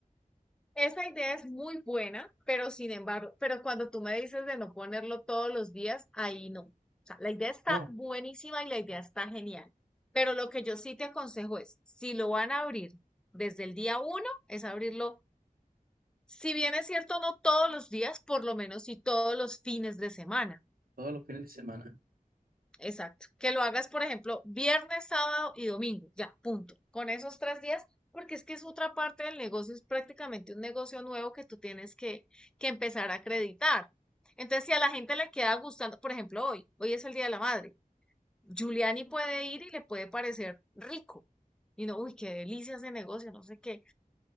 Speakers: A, in the centre; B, on the right (about 85°).
A: Esa idea es muy buena, pero sin embargo, pero cuando tú me dices de no ponerlo todos los días, ahí no. O sea, la idea está
B: no,
A: buenísima y la idea está genial. Pero lo que yo sí te aconsejo es, si lo van a abrir desde el día uno, es abrirlo, si bien es cierto, no todos los días, por lo menos sí todos los fines de semana.
B: todos los fines de semana.
A: Exacto. Que lo hagas, por ejemplo, viernes, sábado y domingo. Ya, punto. Con esos tres días, porque es que es otra parte del negocio, es prácticamente un negocio nuevo que tú tienes que, que empezar a acreditar. Entonces, si a la gente le queda gustando, por ejemplo, hoy, hoy es el Día de la Madre, Giuliani puede ir y le puede parecer rico. Y no, uy, qué delicia ese negocio, no sé qué.